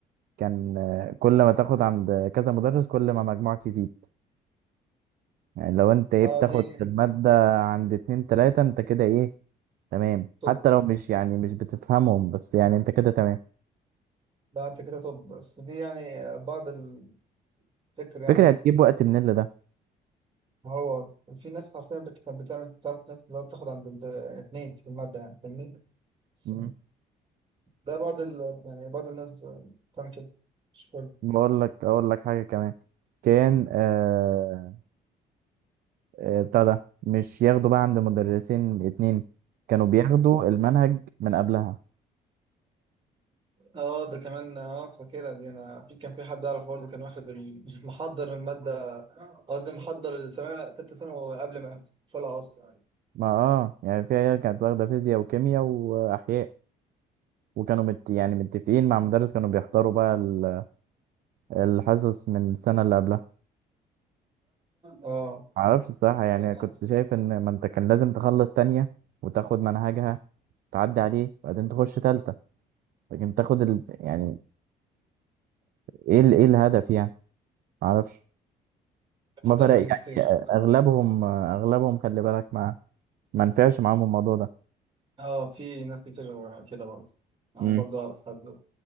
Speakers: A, on the right; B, on the right.
A: كان آه، كل ما تاخد عند كذا مدرس كل ما مجموعك يزيد يعني لو انت ايه بتاخد
B: اه دي
A: في الماده عند اتنين تلاته انت كده ايه تمام
B: طب
A: حتى لو مش يعني مش بتفهمهم بس يعني انت كده تمام
B: لا انت كده طب بس دي يعني بعض الفكر يعني
A: فكرة هتجيب وقت منين لده
B: ما هو في ناس حرفيا بت- كانت بتعمل بتعرف ناس اللي هو بتاخد عند ال- اتنين في المادة يعني فاهمني بس
A: مم.
B: ده بعض ال... يعني بعض الناس بت- بتعمل كده مش كل
A: بقول لك اقول لك حاجه كمان كان آه آه، بتاع ده مش ياخدوا بقى عند مدرسين اتنين كانوا بياخدوا المنهج من قبلها
B: اه ده كمان اه فاكرها دي انا في كان في حد اعرف برضه كان واخد ال- <laughs> محضر المادة قصدي محضر السنة تالتة ثانوي قبل ما يدخلها اصلا
A: ما اه يعني في عيال كانت واخده فيزياء وكيمياء واحياء وكانوا مت يعني متفقين مع مدرس كانوا بيحضروا بقى ال- الحصص من السنه اللي قبلها
B: اه
A: معرفش الصراحه
B: السنة
A: يعني كنت شايف ان ما انت كان لازم تخلص تانية وتاخد منهجها تعدي عليه بعدين تخش تالتة لكن تاخد ال... يعني ايه ال- ايه الهدف يعني معرفش
B: محضر
A: ما فرق
B: الماجستير
A: يعني اغلبهم اغلبهم خلي بالك ما ما نفعش معاهم الموضوع ده
B: اه في ناس كتير كده برضه انا
A: امم
B: برضه اعرف حد